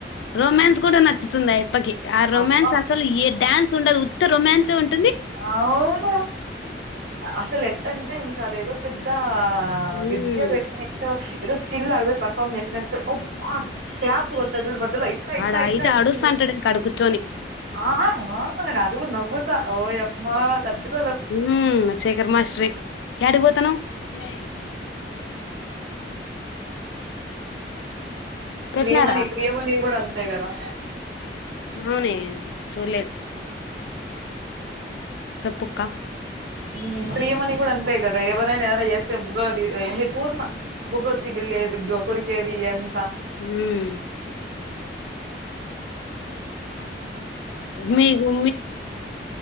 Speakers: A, on the left; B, on the right.
A: రొమాన్స్ కూడా నచ్చుతుంది అయి పకి ఆ రొమాయాన్స్
B: అబ్బా!
A: అసలు ఈ డ్యాన్స్ ఉండదు ఉత్త! !!!!!!!!! ఉం
B: అవును అసలు ఎట్టంటే ఇంకా దేదో సిద్ద ఆ
A: హ్మ్.
B: విద్య పెట్ నే ఏదో స్కిల్ ఆడిపోయి పర్ఫామ్ చేసినట్ అబ్బా క్లాప్ చ్చతా జూడు మధ్యలో ఇట్టా ఇట్టా
A: ఆడ
B: ఇట్టని
A: అయితే అడుస్తంటాడు ఇంక ఆడ కూర్చొని.
B: ఆ అ అవును అదిగుడా నవ్వుతా ఓ యమ్మా
A: హ్మ్.
B: తట్కోలేం
A: హ్మ్. శేఖర్ మాస్టరే. యాడికి పోతాం లే పెట్నారా
B: 'ప్రియమణి', 'ప్రియమణి' గూడా అంతే గదా!
A: ఊనే చూలే చెప్పుక్క
B: ఊ ప్రియమని కూడా అన్ అంతే కదా ఎవరైనా ఏమైనా జేస్తే ముగది ఏంది పూర్ణ బుగ్గొచ్చి గిల్లేది కొరికేది ఇదంత
A: ఉమ్ మీ మీకు